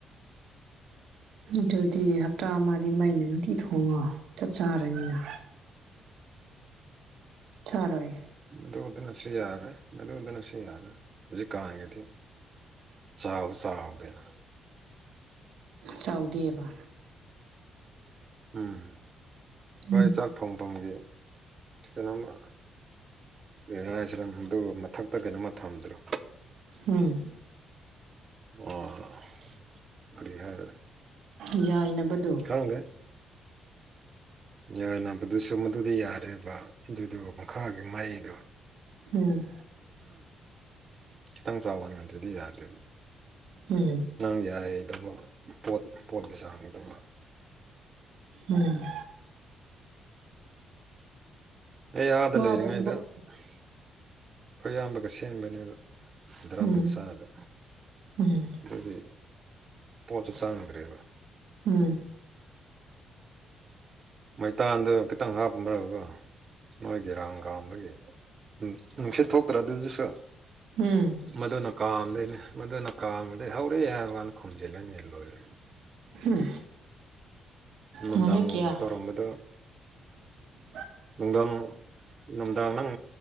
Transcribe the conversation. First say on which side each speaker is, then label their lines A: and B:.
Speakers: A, on the right; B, on the right.
A: ꯑꯗꯨꯗꯤ ꯍꯞꯇꯥ ꯑꯃꯗꯤ ꯃꯩꯅ ꯅꯨꯡꯇꯤ ꯊꯣꯡꯉꯣ ꯆꯞ ꯆꯥꯔꯅꯤꯅ ꯆꯥꯔꯣꯏ
B: ꯑꯗꯨ ꯑꯗꯨꯅꯁꯨ ꯌꯥꯔꯦ ꯃꯗꯨꯗꯅꯁꯨ ꯌꯥꯔꯦ ꯍꯧꯖꯤꯛ ꯀꯥꯡꯉꯤꯗꯤ ꯆꯥꯎꯕꯨ ꯆꯥꯎꯔ <unintelligible>
A: ꯆꯥꯎꯗꯦꯕ
B: ꯎꯝ ꯍꯣꯏ
A: ꯎꯝ
B: ꯆꯥꯛ ꯊꯣꯡꯐꯝꯒꯤ ꯀꯩꯅꯣꯝꯃ ꯀꯩ ꯍꯥꯏꯁꯤꯔ ꯃꯗꯨ ꯃꯊꯛꯇ ꯀꯩꯅꯣꯃ ꯊꯝꯗ꯭ꯔꯣ
A: ꯎꯝ
B: ꯑ‌ꯣ ꯀꯔꯤ ꯍꯥꯏꯔꯦ
A: ꯌꯥꯏꯅꯕꯗꯣ
B: ꯈꯪꯗ‌ꯦ ꯌꯥꯅꯕꯗꯨꯁꯨ ꯃꯗꯨꯗꯤ ꯌꯥꯔꯦꯕ ꯑꯗꯨꯗꯣ ꯃꯈꯥꯒꯤ ꯃꯩꯗꯣ
A: ꯎꯝ
B: ꯈꯤꯇꯪ ꯆꯥꯎꯕ ꯅꯠꯗ꯭ꯔꯗꯤ ꯌꯥꯗ‌ꯦ
A: ꯎꯝ
B: ꯅꯪ ꯌꯥꯏꯗꯧꯕ ꯄꯣꯠ ꯄꯣꯠꯀꯤ ꯆꯥꯡꯗ‌ꯣ
A: ꯎꯝ
B: ꯑꯩ ꯑꯥꯗ
A: ꯋꯥꯕ
B: ꯂꯩꯔꯤꯉꯩꯗ
A: ꯊꯕꯛ
B: ꯑꯩꯈꯣꯏ ꯏꯌꯥꯝꯕꯒ ꯁꯦꯝꯕꯅꯦꯕ ꯗ꯭ꯔꯥꯝ
A: ꯎꯝ
B: ꯃꯁꯥꯗ
A: ꯎꯝ
B: ꯑꯗꯨꯒꯤ ꯄꯣꯠꯁꯨ ꯆꯪꯗ꯭ꯔꯦꯕ
A: ꯎꯝ
B: ꯃꯩꯇꯥꯟꯗ ꯈꯤꯇꯪ ꯍꯥꯞꯔꯒ ꯃꯣꯏꯒꯤ ꯔꯥꯡ ꯀꯥꯝꯕꯒꯤ ꯅꯨꯡꯁꯤꯠ ꯊꯣꯛꯇ꯭ꯔ ꯑꯗꯨꯁꯨ
A: ꯎꯝ
B: ꯃꯗꯨꯅ ꯀꯥꯝꯗꯣꯏꯅꯦ ꯃꯗꯨꯅ ꯀꯥꯝꯝꯕꯗꯩ ꯍꯧꯔꯛꯦ ꯍꯥꯏꯕ ꯀꯥꯟꯗ ꯈꯨꯝꯝꯖꯤꯜꯂꯅꯦ ꯂꯣꯏꯔꯦ
A: ꯎꯝ
B: ꯅꯨꯡꯗꯥꯡ
A: ꯅꯨꯃꯤꯠ ꯀꯌꯥ
B: ꯇꯧꯔꯝꯝꯕꯗ
A: <inaudible>
B: ꯅꯨꯡꯗꯝ ꯅꯨꯡꯗꯥꯡ ꯅꯪ